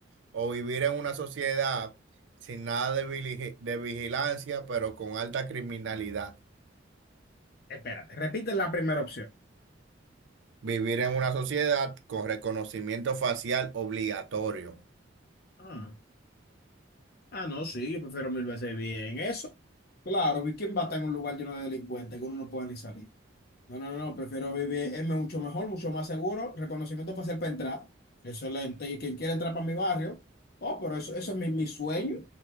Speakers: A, on the right; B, on the left.
A: o vivir en una sociedad sin nada de, vili- de vigilancia, pero con alta criminalidad?
B: Espérate, repite la primera opción.
A: Vivir en una sociedad con reconocimiento facial obligatorio.
B: Ah, ah, no, sí, yo prefiero mil veces bien eso. Claro, ¿y ¿quién va a estar en un lugar lleno de delincuentes que uno no puede ni salir? No, no, no, no, prefiero vivir, es mucho mejor, mucho más seguro, reconocimiento facial para entrar, excelente, y quien quiera entrar para mi barrio, oh, pero eso, eso es mi, mi sueño,